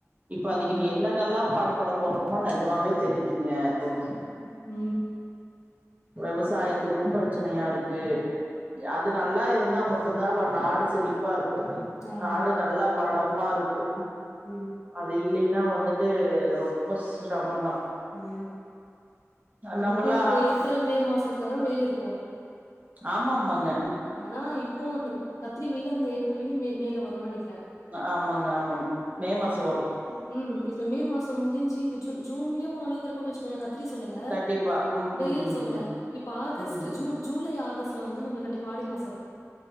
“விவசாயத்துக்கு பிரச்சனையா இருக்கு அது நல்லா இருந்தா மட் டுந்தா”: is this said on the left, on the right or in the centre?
Right